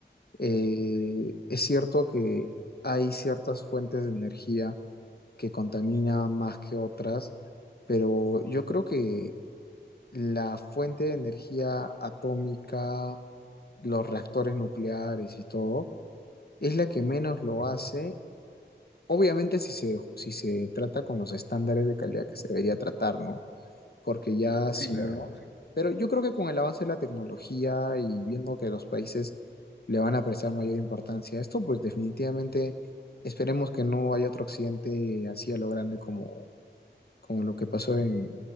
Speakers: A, on the left (about 60°); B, on the left (about 80°).
A: eh, es cierto que hay ciertas fuentes de energía que contaminan más que otras, pero yo creo que la fuente de energía atómica, los reactores nucleares y todo, es la que menos lo
B: Ujú.
A: hace. Obviamente si se, si se trata con los estándares de calidad que se debería tratar, ¿no? porque ya
B: Sí,
A: si
B: claro,
A: no,
B: sí,
A: pero yo creo que con el avance de la tecnología y viendo que los países le van a prestar mayor importancia a esto, pues definitivamente esperemos que no haya otro accidente así a lo grande como, como lo que pasó en,